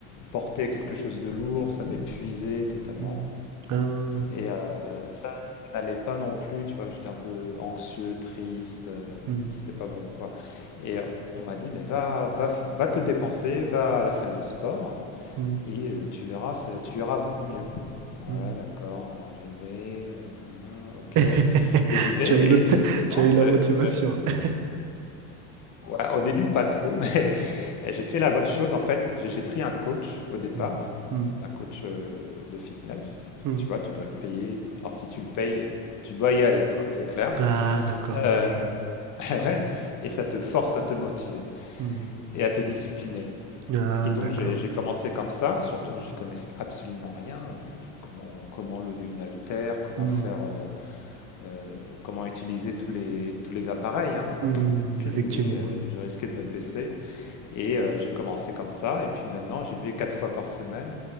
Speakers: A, on the left; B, on the right.
A: porter quelque chose de lourd, ça m'épuisait totalement.
B: Mhm. Ah,
A: Et euh, ça n'allait pas non plus, tu vois, j'étais un peu anxieux, triste, euh,
B: mhm.
A: c'était pas bon quoi. Et euh, on m'a dit, mais va, va, f- va te dépenser, va à la salle de sport
B: Mhm.
A: et euh, tu verras, ça- tu iras beaucoup mieux. Ouais,
B: Mhm.
A: d'accord. Alors j'y vais. euh, ok. Et
B: <laughs>
A: j'y vais.
B: Tu as eu le-
A: Et effectivement,
B: <laughs> tu as eu la
A: je-
B: motivation.
A: je-
B: <laughs>
A: ouais, au début, pas trop, <laughs> mais j'ai fait la bonne chose. En fait, j'ai j'ai pris un coach au départ,
B: Mhm. Mhm.
A: un coach euh, de fitness.
B: Mhm.
A: Tu vois, tu dois le payer. Alors si tu le payes, tu dois y aller, quoi. C'est clair.
B: Ah, d'accord.
A: Euh,
B: Ouais.
A: <laughs> ouais. Et ça te force à te motiver
B: Mhm.
A: et à te discipliner.
B: Ah,
A: Et donc
B: d'accord.
A: j'ai j'ai commencé comme ça, surtout que j'y connaissais absolument rien. Je- je- comment comment lever une haltère, comment
B: Mhm.
A: faire. euh, Euh, comment utiliser tous les, tous les appareils, hein,
B: Mhm,
A: pff, aucune
B: effectivement.
A: idée, euh,
B: ouais.
A: je risquais de me blesser. Et euh, j'ai commencé comme ça, et puis maintenant j'y vais quatre fois par semaine,